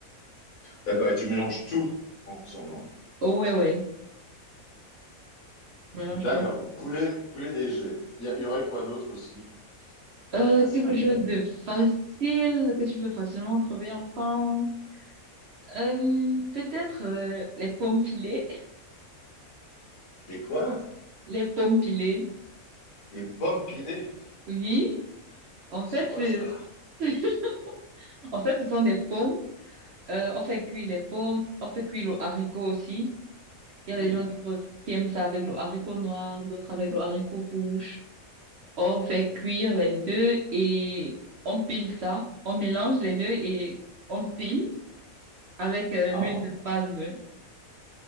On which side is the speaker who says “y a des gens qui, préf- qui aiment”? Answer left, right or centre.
Right